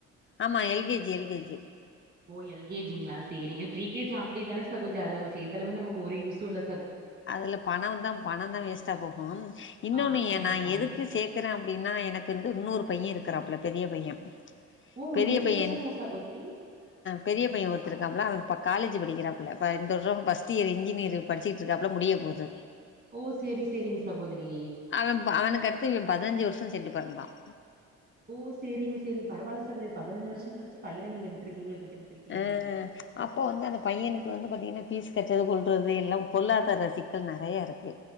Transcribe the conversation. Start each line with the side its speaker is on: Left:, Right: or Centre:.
Left: ஆமா எல்கேஜி எல்கேஜி
Right: ஓ எல்கேஜி கிளாஸ் சேரிங்க பிரீகேஜ் ஆப்டே தானே அது நம சேத்தாலே நமக்கு ஒரு யூஸ்சுல்ல
Left: அதுல பணம் வந்தா பணம் தான் வேஸ்ட்டா போகும் இன்னொன்னு
Right: ஆமா சகோதரி
Left: நான்
Right: கண்
Left: எதுக்கு சேக்குறேன் அப்படின்னா எனக்கு வந்து இன்னொரு பையன் இருக் இருக்கறாப்புல பெரிய பையன்
Right: ஓ உங்களுக்கு
Left: பெரிய
Right: ரெண்டு
Left: பையன்
Right: பசங்களா சகோதரி
Left: பெரிய பையன் ஒருத்தருக்காப்ல
Right: அவர்
Left: காலேஜ் படிக்கிறாப்புள்ள இந்தவருஷம் பர்ஸ்ட் இயர் இன்ஜினியர் படிச்சிட்டு றாப்ல முடிய போது
Right: ஓ சேரி சேரிங்க சகோதரி
Left: அவன் அவனுக்கடுத்து இவன் பதினஞ்சு வருஷம் சென்டு பிறந்தான்
Right: ஓ சேரிங்க சேரிங்க பரவால்ல சகோதரி பதினஞ்சு வருஷம் கழிச்சு பையனை நீங்க எடுத்திருக்கீங்களே பெத்தெடுத்திருக்கீங்கள
Left: அஹ் அப்போ வந்து அந்த பையனுக்கு வந்து பாத்தீங்கன்னா பீஸ் கட்டறது கொள்றது எல்லாம் பொருளாதார சிக்கல் நெறையா இருக்கு